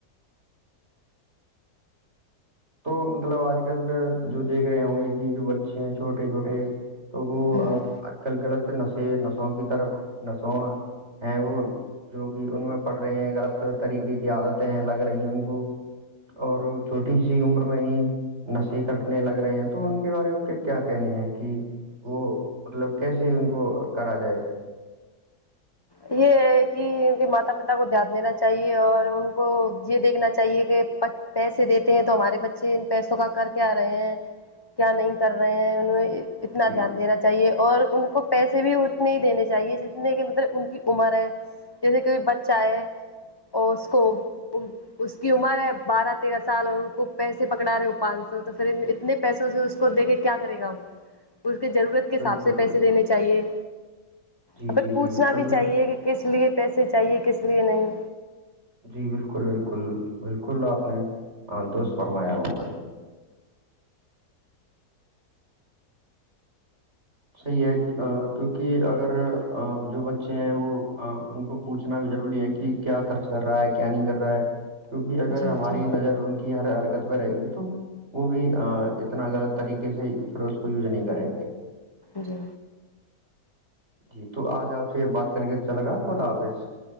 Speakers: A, on the right; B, on the left.
A: تو مطلب آج کل جو دیکھ رہے ہوں گے کہ جو بچے ہیں چھوٹے چھوٹے تو وہ
B: ہوں
A: آج کل غلط نشے نسوں کی طرف نسوں ہیں وہ جو کہ ان میں پڑھ رہے ہیں غلط طریقے کی عادتیں ہیں لگ رہی ہیں ان کو اور چوٹی جی عمر میں ہی نشے کرنے لگ رہے ہیں تو ان کے بارے میں کے کیا کہنی ہے کہ وہ مطلب کیسے ان کو کرا جائے
B: یہ ہے کہ ان کے ماتا پتا کو دھیان دینا چاہیے اور ان کو یہ دیکھنا چاہیے کہ پیسے دیتے ہیں تو ہمارے بچے ان پیسوں کا کر کے آ رہے ہیں کیا نہیں کر رہے ہیں انہیں اتنا
A: جی
B: دھیان دینا چاہیے اور ان کو پیسے بھی اتنے ہی دینے چاہیے جتنے کہ مطلب ان کی عمر ہے جیسے کوئی بچہ ہے اور اس کو اس کی عمر ہے بارہ تیرہ سال اور اس کو پیسے پکڑا رہے ہو پانچ سو تو پھر اتنے پیسوں سے اس کو دے کے کیا کرے گا وہ اس کے ضرورت کے حساب
A: بالکل
B: سے پیسے
A: بالکل
B: دینے چاہیے
A: جی
B: ا پ
A: جی
B: پوچھنا
A: جی بالکل
B: بھی چاہیے کہ کس لیے پیسے چاہیے کس لیے نہیں
A: جی بالکل بالکل بالکل آپ نے دوست فرمایا گنت صحیح ہے کیونکہ اگر جو بچے ہیں وہ ان کو پوچنا بھی ضروری ہے کہ کیا خرچ کر رہا ہے کیا نہیں کر رہا ہے کیونکہ اگر
B: جی
A: ہماری
B: جی
A: نظر ان کے کی ہر حرکت میںہ رہے گی تو وہ بھی اتنا غلط طریقے سے پھر اس کو یوز نہیں کریں گے
B: جی
A: جی تو آج آپ سے بات کر کے اچھا لگا ہو ن آفس